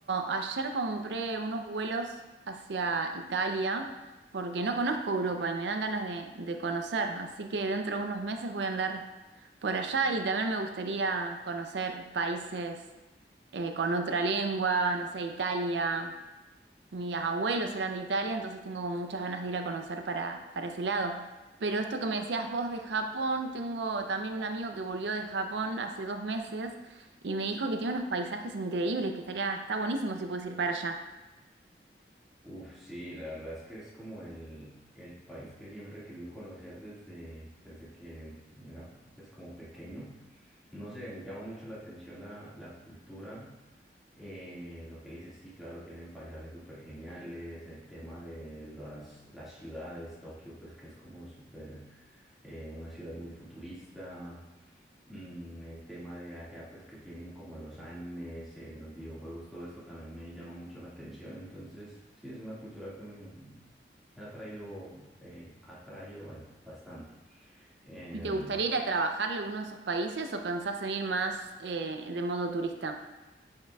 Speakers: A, on the right; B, in the centre.
A: ayer compré unos vuelos hacia Italia porque no conozco Europa y me dan ganas de, de conocer, así que dentro de unos meses voy a andar por allá y también me gustaría conocer países eh, con otra lengua, no sé, Italia. mis abuelos eran de Italia, entonces tengo como muchas ganas de ir a conocer para, para ese lado. Pero esto que me decías vos de Japón, tengo también un amigo que volvió de Japón hace dos meses y me dijo que tiene unos paisajes increíbles, que estaría, está buenísimo si puedes ir para allá.
B: Uf, sí, la verdad es que es como el, el país que siempre he querido conocer desde, desde que era pues como pequeño. No sé, me llama mucho la atención la, la cultura, eh, lo que dices, sí, claro, tienen paisajes súper geniales, el tema de las, las ciudades, Tokio, pues que es como súper eh, una ciudad muy futurista, mm, el tema de allá pues que tienen como los animes, eh, los videojuegos, todo esto también me llama mucho la atención, entonces sí, es una cultura que me ha atraído, eh, ha atraído ahí bastante. Em,
A: ¿Y te gustaría ir a trabajar a alguno de esos países o pensás en ir más eh, de modo turista?